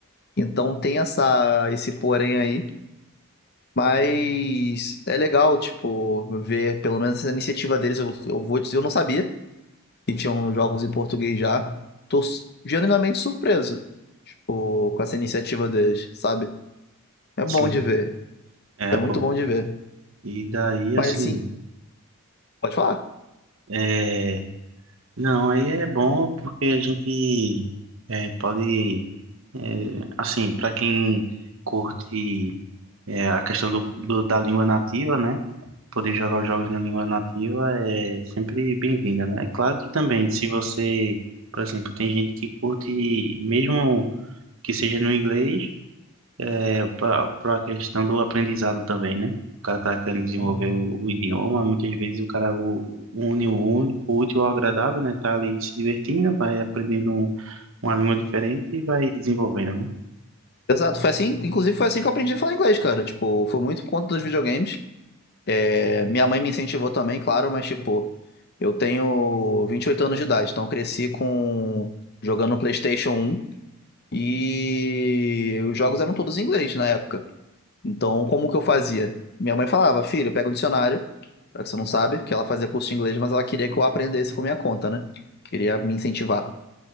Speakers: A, on the left (about 45°); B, on the right (about 60°).
A: Então tem essa, esse porém aí. Mas é legal, tipo, ver pelo menos essa iniciativa deles. Eu, eu vou dizer, eu não sabia que tinham jogos em português já. Tô s- genuinamente surpreso, tipo, com essa iniciativa deles, sabe? É
B: Sim,
A: bom de ver.
B: é,
A: É muito
B: pô.
A: bom de ver.
B: E daí, assim,
A: Mas, em- pode falar.
B: é... Não, aí é bom porque a gente é, pode, é, assim, para quem curte é, a questão do, do- da língua nativa, né? Poder jogar os jogos na língua nativa é sempre bem-vinda, né? É claro que também, se você, por exemplo, tem gente que curte, mesmo que seja no inglês, É, para a questão do aprendizado também, né? O cara tá querendo desenvolver
A: Sim.
B: o, o idioma, muitas vezes o cara u- une o, ú- o útil ao agradável, né? Tá ali se divertindo, vai aprendendo um, uma língua diferente e vai desenvolvendo, né?
A: Exato, foi assim, inclusive foi assim que eu aprendi a falar inglês, cara. Tipo, foi muito por conta dos videogames. É, minha mãe me incentivou também, claro, mas tipo, eu tenho 28 anos de idade, então eu cresci com jogando PlayStation um E os jogos eram todos em inglês na época. Então, como que eu fazia? Minha mãe falava, filho, pega o dicionário, já que você não sabe, que ela fazia curso de inglês, mas ela queria que eu aprendesse por minha conta, né? Queria me incentivar.